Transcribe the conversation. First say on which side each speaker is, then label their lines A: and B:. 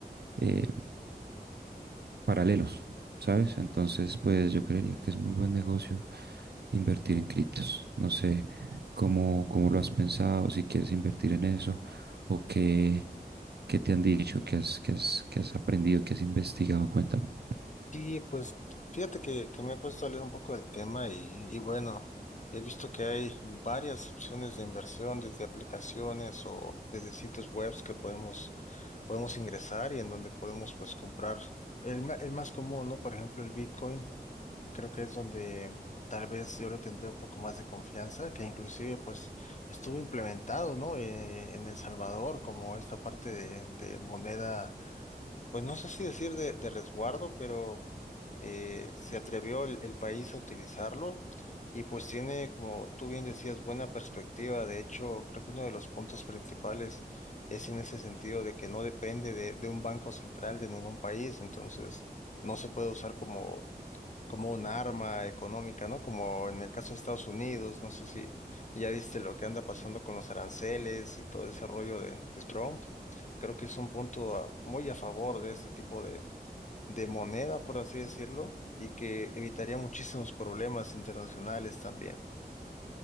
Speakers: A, on the right; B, on the left.
A: eh, paralelos, ¿sabes? Entonces, pues yo creería que es muy buen negocio invertir en criptos. No sé cómo, cómo lo has pensado, si quieres invertir en eso o qué, qué te han dicho, qué has, qué has, qué has aprendido, qué has investigado, cuéntame.
B: Sí, pues fíjate que, que me he puesto a leer un poco del tema y, y bueno, he visto que hay varias opciones de inversión desde aplicaciones o desde sitios webs que podemos, podemos ingresar y en donde podemos pues comprar el, ma- el más común, ¿no? Por ejemplo, el Bitcoin, que creo que es donde tal vez yo le tendría un poco más de confianza, que inclusive pues estuvo implementado, ¿no? Eh, en El Salvador como esta parte de de moneda pues no sé si decir de, de resguardo, pero eh, se atrevió el, el país a utilizarlo y pues tiene, como tú bien decías, buena perspectiva. De hecho, creo que uno de los puntos principales es en ese sentido de que no depende de, de un banco central de ningún país, entonces no se puede usar como como un arma económica, ¿no? Como en el caso de Estados Unidos, no sé si ya viste lo que anda pasando con los aranceles y todo ese rollo de, de Trump. Creo que es un punto a- muy a favor de este tipo de, de moneda, por así decirlo, y que evitaría muchísimos problemas internacionales también.